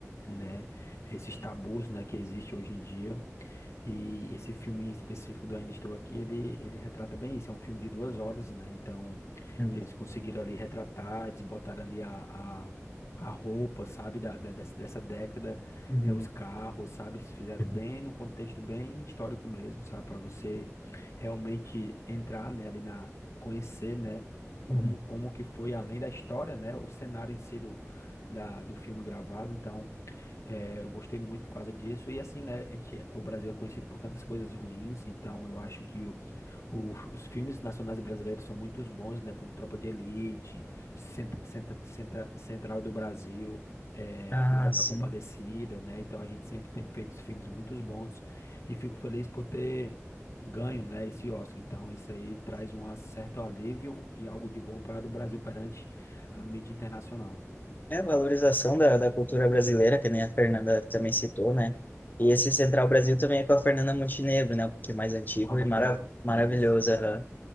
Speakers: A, on the left; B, on the left.
A: né? Esses tabus, né? Que existe hoje em dia e esse filme em específico do Ainda Estou Aqui, ele, ele retrata bem isso. É um filme de duas horas, né? Então,
B: Uhum,
A: eles conseguiram ali retratar, eles botaram ali a, a, a roupa, sabe, da, da- dessa, dessa década,
B: uhum,
A: é, os carros, sabe? Se fizeram
B: uhum,
A: bem, num contexto bem histórico mesmo, sabe? Para você realmente entrar, né, ali na, conhecer, né? Como,
B: uhum.
A: como que foi, além da história, né? O cenário em si do, da, do filme gravado. Então. É, eu gostei muito por causa disso. E assim, né, a gente, o Brasil é conhecido por tantas coisas ruins, então eu acho que o- o- os filmes nacionais brasileiros são muito bons, né, como Tropa de Elite, Cent- Cent- Cent- Central do Brasil, é,
B: Ah,
A: o Auto
B: sim.
A: da Compadecida, né, então a gente sempre tem feito filmes muito bons e fico feliz por ter ganho, né, esse Oscar. Então isso aí traz um certo alívio e algo de bom para o Brasil perante a mídia internacional.
B: É a valorização da, da cultura brasileira, que nem a Fernanda também citou, né? E esse Central Brasil também é com a Fernanda Montenegro, né? Um pouquinho mais antigo
A: Com a mãe
B: e mara
A: dela.
B: maravilhoso.
A: Isso.
B: aham.